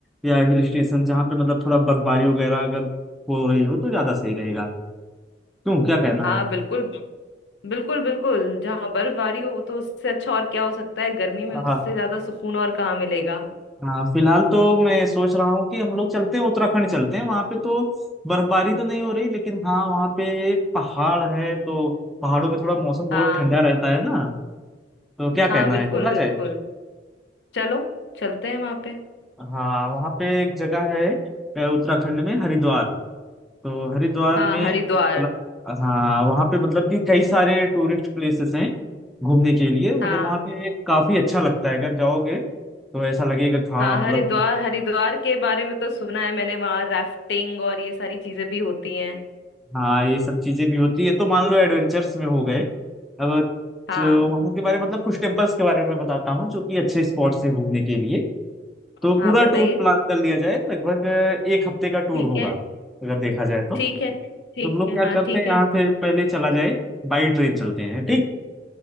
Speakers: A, in the centre; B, on the left.
A: या हिल स्टेशन जहाँ पे मतलब थोड़ा बर्फबारी वगैरह अगर हो रही हो तो ज्यादा सही रहेगा क्यों क्या कहना
B: हाँ बिल्कुल बिल्कुल बिल्कुल जहाँ बर्फबारी हो वो तो उससे अच्छा और क्या हो सकता है गर्मी में
A: है
B: उससे ज्यादा सुकून और कहाँ मिलेगा
A: हाँ फिलहाल तो मैं सोच रहा हूँ कि हम लोग चलते हैं उत्तराखंड चलते हैं वहां पे तो बर्फबारी तो नहीं हो रही लेकिन हाँ वहाँ पे पहाड़ है तो पहाड़ों में थोड़ा मौसम बहुत
B: हाँ
A: ठंडा रहता है ना तो क्या कहना
B: हाँ बिल्कुल
A: है चला
B: बिल्कुल
A: जाए
B: चलो चलते हैं वहां पे
A: हाँ वहाँ पे एक जगह है अ, उत्तराखंड में हरिद्वार तो हरिद्वार
B: हाँ
A: में
B: हरिद्वार
A: चला- हाँ वहाँ पे मतलब कि कई सारे टूरिस्ट प्लेसेस हैं घूमने के लिए मतलब
B: हाँ
A: वहाँ पे काफी अच्छा लगता है अगर जाओगे तो ऐसा लगेगा कि हाँ
B: हाँ
A: मतलब
B: हरिद्वार हरिद्वार के बारे में तो सुना है मैंने वहाँ राफ्टिंग और ये सारी चीजें भी होती हैं
A: हाँ ये सब चीजें भी होती है तो मान लो एडवेंचर्स में हो गए अब
B: हाँ
A: जो वहाँ के बारे में मतलब कुछ टेम्पल्स के बारे में बताता हूँ जो कि अच्छे स्पॉट्स हैं घूमने के लिए तो
B: हाँ
A: पूरा
B: बताइए
A: टूर प्लान कर लिया जाए लगभग एक हफ्ते का टूर
B: ठीक
A: होगा
B: है
A: अगर देखा जाए तो
B: ठीक है ठीक
A: तुम लोग
B: है
A: क्या
B: हाँ
A: करते
B: ठीक
A: हैं यहाँ
B: है
A: से पहले चला जाए बाई ट्रेन चलते हैं ठीक